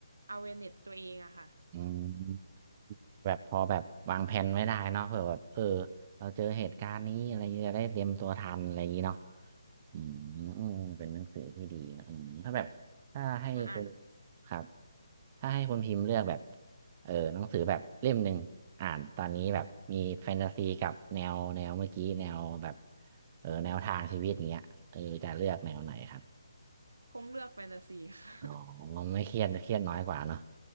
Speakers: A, on the right; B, on the right.
A: awareness ตัวเองอะค่ะ
B: อืมอืมแบบพอแบบวางแผนไม่ได้เนาะเผื่อแบบเออเราเจอเหตุการณ์นี้อะไรเงี้ยจะได้เตรียมตัวทันอะไรอย่างงี้เนาะ
A: อ
B: อืมอืมเป็นหนังสือที่ดีนะอืมถ้าแบบถ้าให้คุณ
A: อ่ะอ่าน
B: ครับ ถ้าให้คุณพิมพ์เลือกแบบเออหนังสือแบบเล่มหนึ่งอ่านตอนนี้แบบมีแฟนตาซีกับแนวแนวเมื่อกี้แนวแบบเออแนวทางชีวิตอย่างเงี้ยเออจะเลือกแนวไหนครับ
A: อืมให้กับ คงเลือกแฟนตาซี <laughs> ค่ะ <laughs>
B: อ๋อไม่เครียดเครียดน้อยกว่าเนาะ